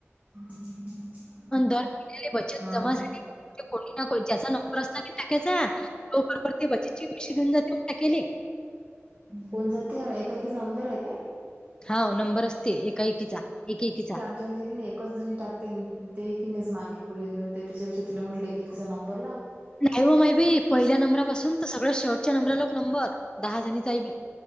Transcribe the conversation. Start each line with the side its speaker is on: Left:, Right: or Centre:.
Right: <unintelligible>
Left: दर महिली बचत
Right: हा
Left: जमा झाली, कोणी ना ज्याचा नंबर असला की टाक्याचा बापाचे बचत चे पैसे घेऊन जातो टाकायले.
Right: कोण ज ते एकाकी नंबर आहे काय?
Left: हा नंबर असते, एकाएकीचा एकएकीचा.
Right: क एकच जणी टाकते ते, क अस मागे पुढे हे होते त्याच्यापेक्षा तिने म्हटलं एकचा नंबर लाव.
Left: नाही हो माय बी, पहिल्या नंबरापासून तर सगळ्या शेर्टच्या नंबरलाोक नंबर दहा जणीचा आहे बी.